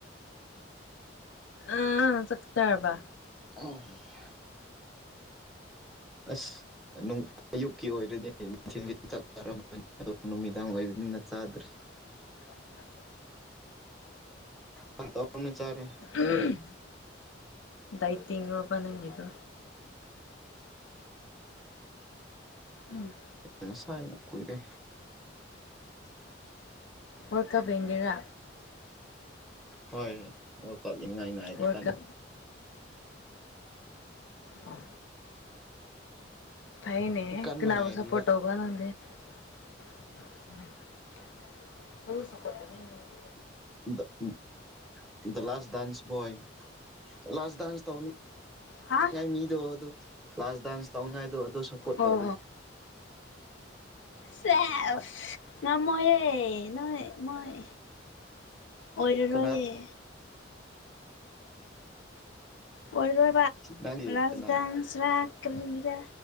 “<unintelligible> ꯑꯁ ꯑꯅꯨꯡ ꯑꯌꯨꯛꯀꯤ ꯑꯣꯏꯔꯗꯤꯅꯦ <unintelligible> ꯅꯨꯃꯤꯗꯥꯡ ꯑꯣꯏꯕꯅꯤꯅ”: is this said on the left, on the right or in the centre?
Centre